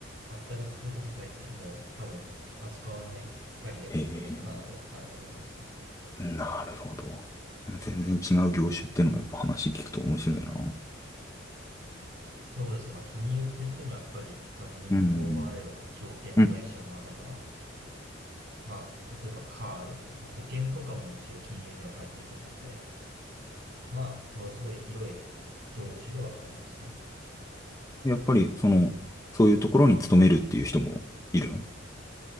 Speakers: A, on the right (about 60°); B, on the left (about 15°).
A: 全く株とか最近はもう多分扱わないキャリアを送るのかなとは、
B: い。へ
A: はい、思いますね。
B: え。なるほど。全然違う業種っていうのもやっぱ話聞くと面白いな。
A: そうですね。まあ、金融って言ってもやっぱり、まあ、銀行もあれば、
B: うん。
A: 証券会社もあれば、
B: うん
A: まあ、例えばカードとか保険とかも一応金融には入ってくるので、まあ、ものすごい広い業種ではありますね。
B: やっぱりその、そういうところに勤めるっていう人もいるの